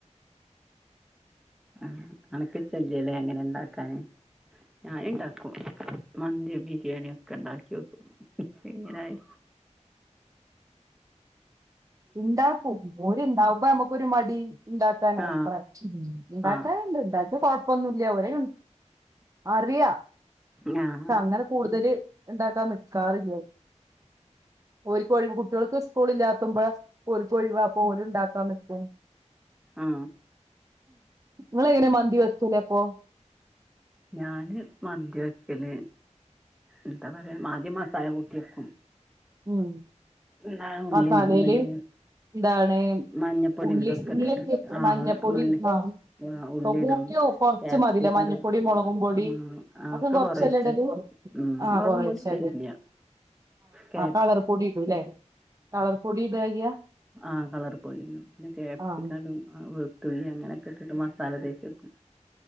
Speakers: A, in the centre; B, on the right.
A: ആ അനക് ഇഷ്ട്ടല്ല്യല്ലേ അങ്ങനെ ഇണ്ടാകാന് ഞാൻ ഇണ്ടാക്കും മന്തി ബിരിയാണി ഒക്കെ ഇണ്ടാക്കി നോക്കും ഇപ്പോ ഇങ്ങനെ ആയി
B: ഉണ്ടാക്കും ഓര് ഇണ്ടാവും മ്പോ നമുക്കൊരു മടി ഇണ്ടാക്കാന്
A: ആ
B: അത്ര ഉം ഇണ്ടാക്കാന്ണ്ട്
A: ആ
B: ഇണ്ടക്കിയാ കൊഴ ഇപ്പാെന്നുല്ല്യ ഒരേ <unintelligible> അറിയാ
A: ഞാൻ
B: ച്ചങ്ങനെ കൂട്തല് ഇണ്ടാക്കാൻ നിക്കാറ്ല്ല്യ ഓര്കാെഴിവ് കുട്ട്യോൾക്ക് സ്കൂള് ഇല്ലാത്തുമ്പ ഓര്ക്കൊഴിവാ അപ്പോല്ണ്ടാക്കാ ന്ക്കും
A: ആ
B: ഇങ്ങളെങ്ങനെ മന്തി വെക്കൂലേ അപ്പോ
A: ഞാന് മന്തി വെക്കല് എന്താ പറയാ ആദ്യം മസാല കുട്ട്യെക്കും
B: ഉം
A: ന്നാ ഉള്ളിം
B: മസാലേല്
A: പന്നെ
B: എന്താണ്
A: മഞ്ഞപ്പൊടിം
B: ഉള്ളി
A: തൊക്കെ
B: ഉള്ളിയൊക്കെ
A: ഇട്ട്ട്ട് ആഹ്
B: മഞ്ഞപ്പൊടി
A: ഉള്ളി
B: ആ
A: ആ ഉള്ളിടും
B: കൂട്ടിയോ കൊറച്ച്
A: ക്യാപ്സിക്കടും
B: മതില്ലേ മഞ്ഞപ്പൊടി മുളകും പൊടി
A: ഉം ഉം ആഹ്
B: ഒക്കെ
A: ഓക്കെ
B: കൊറച്ചല്ലേ
A: കൊറേച്ചെ
B: ഇടല്
A: ഉം
B: ആ
A: മൊളകുംപൊടി
B: കൊറേച്ചെ
A: ഇടല് ഇല്ല്യാ കേ
B: അവറ് പൊടി ഇടൂലേ കളർ പൊടി ഇടായ്യാ
A: ആ കളർപൊടിടും പിന്നെ ക്യാപ്സിക്കന്ടും
B: ആ
A: ആ വെൾത്തുള്ളി അങ്ങനെക്കെട്ട്ട്ട് മസാല തേച്ചെക്കും